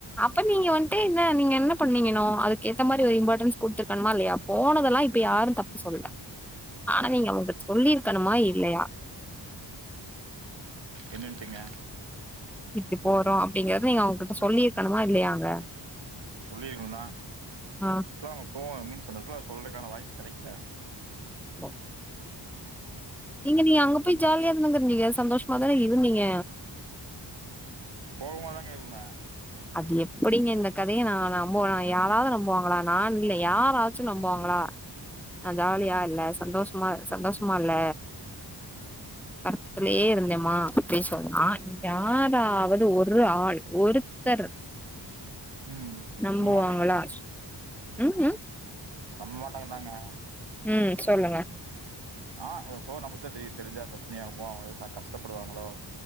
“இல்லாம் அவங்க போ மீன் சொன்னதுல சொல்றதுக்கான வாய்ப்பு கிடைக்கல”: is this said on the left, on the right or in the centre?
Right